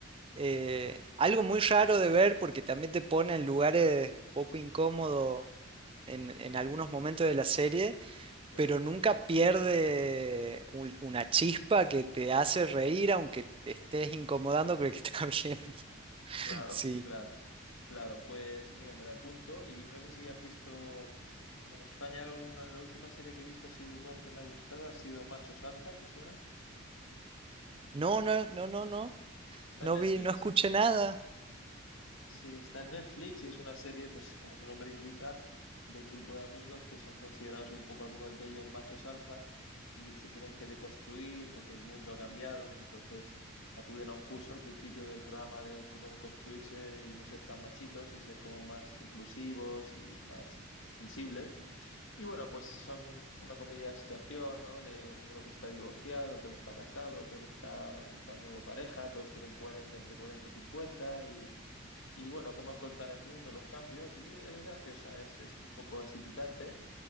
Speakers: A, on the right; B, on the left.
A: eh, algo muy raro de ver porque también te pone en lugares un poco incómodos en, en algunos momentos de la serie
B: Claro,
A: pero nunca pierde un- una chispa que te hace reír aunque te estés incomodando con el que está <laughs> viendo.
B: claro,
A: Sí.
B: claro. Claro, pues mira, me la apunto y no sé si has visto en España una, la última serie que he visto ha sido humor que me ha gustado, ha sido Machos Alfa, ¿te suena?
A: No, no, no, no, no.
B: Está
A: No
B: en Netflix.
A: vi, no escuché nada.
B: Sí, está en Netflix y es una serie, pues como su nombre indica, de un grupo de amigos que son considerados un poco algunos de ellos machos alfa y se tienen que deconstruir porque el mundo ha cambiado y entonces acuden a un curso al principio del programa de cómo deconstruirse y no ser tan machitos y ser como más inclusivos y más sensibles. Y bueno, pues son una comedia de situación, ¿no? De uno que está divorciado, otro que está casado, otro que está buscando pareja, todos tienen cuarenta entre 40 y 50 y, y bueno, cómo afrontar el mundo, los cambios, y es graciosa, es, es un poco así picante,